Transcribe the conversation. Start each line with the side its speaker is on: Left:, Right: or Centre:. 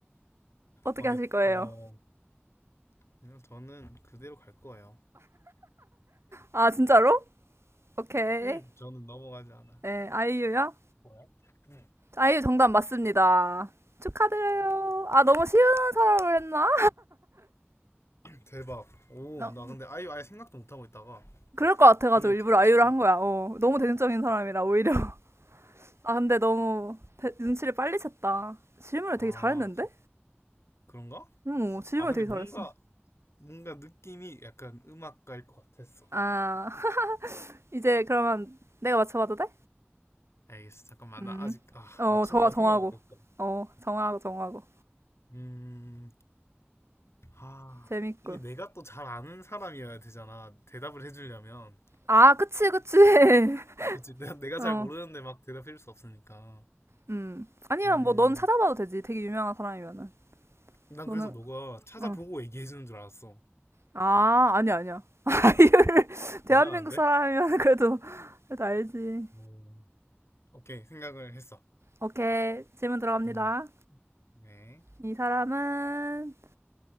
Right: 어떻게
Left: 어, 근데,
Right: 하실 거예요?
Left: 어, 그냥 저는 그대로 갈 거예요.
Right: 아, 진짜로? 오케이.
Left: 음, 저는 넘어가지 않아요.
Right: 네, 아이유요?
Left: 뭐야? 응.
Right: 아이유 정답 맞습니다. 축하드려요. 아, 너무 쉬운 사람을 했나?
Left: <clears throat> 대박. 오,
Right: 어.
Left: 나 근데 아예 아예 생각도 못 하고 있다가
Right: 그럴 것 같아가지고
Left: 그냥
Right: 일부러
Left: 갑자기
Right: 아이유를 한 거야. 어, 너무 대중적인 사람이라, 오히려. <laughs> 아, 근데 너무 대- 눈치를 빨리 챘다. 질문을
Left: 아
Right: 되게 잘했는데?
Left: 그런가?
Right: 응, 질문을
Left: 아 근데
Right: 되게
Left: 뭔가
Right: 잘했어.
Left: 뭔가 느낌이 약간 음악가일 것 같았어.
Right: 아, <laughs> 이제 그러면 내가 맞춰봐도 돼?
Left: 알겠어. 잠깐만
Right: 음.
Left: 나 아직 아
Right: 어,
Left: 맞추느라고
Right: 정, 정하고.
Left: 생각 못했어.
Right: 어, 정하고, 정하고.
Left: 음, 아
Right: 재밌군.
Left: 이게 내가 또 잘 아는 사람이어야 되잖아. 대답을 해주려면
Right: 아, 그치, 그치. <laughs>
Left: 그치? 내가 내가
Right: 어.
Left: 잘 모르는데 막 대답해줄 수 없으니까.
Right: 음. 아니야,
Left: 음,
Right: 뭐, 넌 찾아봐도 되지. 되게 유명한 사람이면은.
Left: 난
Right: 너는,
Left: 그래서 너가 찾아보고
Right: 응.
Left: 얘기해주는 줄 알았어.
Right: 아, 아니야, 아니야. <laughs> 대한민국
Left: 대단한데?
Right: 사람이면 그래도, 그래도 알지.
Left: 오, 오케이, 생각을 했어.
Right: 오케이. 질문 들어갑니다.
Left: 음. 네.
Right: 이 사람은